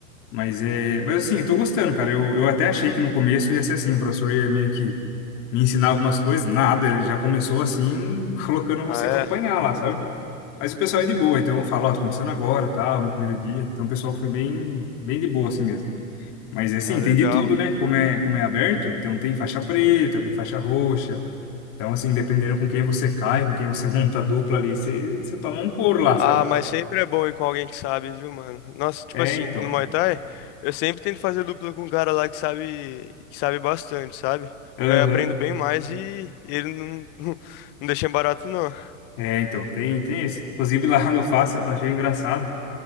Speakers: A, on the left (about 40°); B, on the left (about 25°).
A: Mas é. Mas assim, eu tô gostando, cara. Eu, eu até achei que no começo ia ser assim, o professor ia meio que me ensinar algumas coisas. Nada, ele já começou assim, <laughs> colocando você
B: Ah,
A: pra apanhar
B: é?
A: lá, sabe? Mas o pessoal é de boa, então eu falo, ó, tô começando agora, tal, meu primeiro dia. Então o pessoal foi bem, bem de boa assim mesmo. Mas é assim,
B: Ah,
A: tem
B: legal.
A: de tudo, né? Como é, como é aberto, então tem faixa preta, tem faixa roxa. Então, assim, dependendo com quem você cai, com quem você <laughs> monta a dupla ali, você, você toma um couro lá, sabe?
B: Ah, mas sempre é bom ir com alguém que sabe, viu, mano? Nossa, tipo
A: É,
B: assim,
A: então.
B: no Muay Thai, eu sempre tento fazer dupla com um cara lá que sabe, que sabe bastante, sabe?
A: Aham.
B: Porque aí eu aprendo bem mais e, e ele não, <laughs> não deixa em barato, não. <laughs>
A: É, então, tem, tem esse. Inclusive, lá <laughs> onde eu faço, eu achei engraçado.